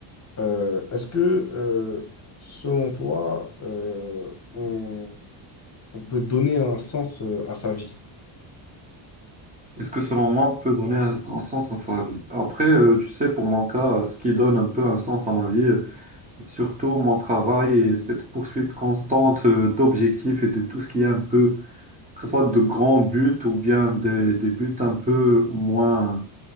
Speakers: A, on the left (about 30°); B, on the right (about 15°).
A: Euh, est-ce que, euh, selon toi, euh, on, on peut donner un sens euh, à sa vie?
B: Est-ce que selon moi, on peut donner un, un sens à sa vie? Après, euh, tu sais, pour mon cas, euh, ce qui donne un peu un sens à ma vie, euh, c'est surtout mon travail et cette poursuite constante euh, d'objectifs et de tout ce qui est un peu, que ce soit de grands buts ou bien des, des buts un peu moins,